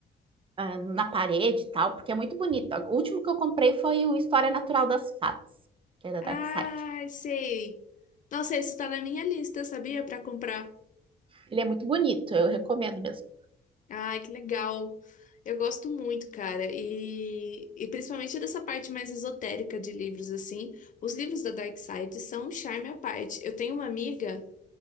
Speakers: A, on the right; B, on the left.
A: ah, na parede e tal, porque é muito bonito. O último que eu comprei foi o História Natural das Fadas, que é da
B: Ah,
A: Dark Side.
B: sei. Nossa, esse tá na minha lista, sabia? Pra comprar.
A: Ele é muito bonito, eu recomendo mesmo.
B: Ai, que legal. Eu gosto muito, cara. E, e principalmente dessa parte mais esotérica de livros, assim. Os livros da Dark Side são um charme à parte. Eu tenho uma amiga